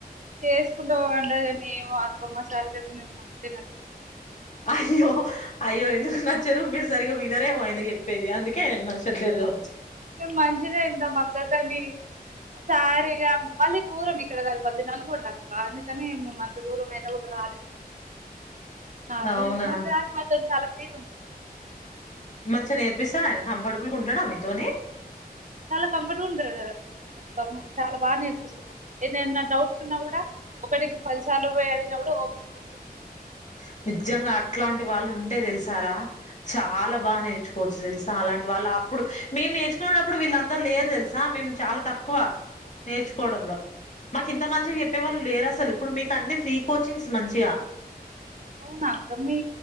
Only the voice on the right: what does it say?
చేసుకుంటే ఉండదు కానీ ఏమో అమ్ మా సారి చేస మేము నచ్చ నం <unintelligible>
మేము మంచిగ నే వింటము అక్క కానీ సార్ ఇగ మళ్ళీ దూరం ఇక్కడ కాదు వాల్ది నల్గొండక్క అందుకని మేము అంత దూరం అయిన కూడా మా
మా తడు చాలా ఫ్రీగా ఉంటంది <unintelligible>
చాలా కంఫట్ గా ఉంటరు మొత్తము చాలా బాగా నేర్పిస్తరు ఏదన్న డౌట్స్ ఉన్నా గూడా ఒకటికి పదిసార్లు పోయి ఆడినప్పుడు ఓపికతో చొప్
అవునా అక్క మీ